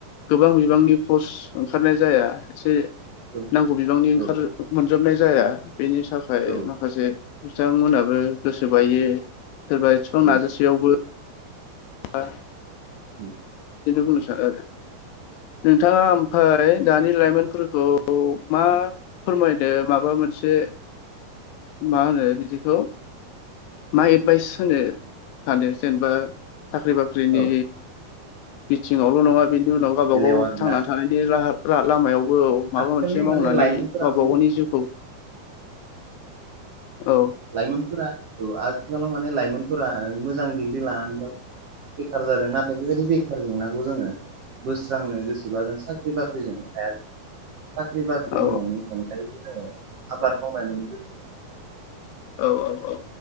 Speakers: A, on the left; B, on the right.
A: गोबां बिबांनि पस ओंखारनाय जाया एसे
B: औ
A: नांगौ बिबांनि ओंखार
B: औ
A: मोनजोबनाय जाया बेनि थाखाय
B: औ
A: माखासे बिथांमोनाबो गोसो बायो सोरबा एथ'बां
B: औ
A: नाजासेयावबो बा
B: <unintelligible>
A: <unintelligible> बुंनो सानो आरो नोंथाङा ओमफ्राय दानि लाइमोनफोरखौ मा फोरमायदो माबा मोनसे मा होनो बिदिखौ मा एदभाइस होनो सानो जेनबा साख्रि बाख्रिनि
B: औ
A: बिथिङावल' नङा बेनि उनाव गावबा
B: बेलायाव
A: गाव
B: आरोना
A: थांना थानायनि लाहार <unintelligible> लामायावबो माबा
B: आथिखालनि
A: मोनसे
B: माने
A: मावनानै
B: लाइमोनफोरा
A: गावबा
B: माने
A: गावनि जिउखौ औ
B: लाइमोनफोरा औ आथिखालाव माने लाइमोनफोरा मोजां डिग्रि लानानै बेखार जादों नाथाय बेबायदि बेखार जेंनाखौ जोङो बोस्रांनो गोसोबा जों साख्रि बाख्रिजोंल' हाया ख्रि बाख्रिनि
A: औ
B: अनगायैबो जोङो आबाद मावनानैबो
A: औ औ औ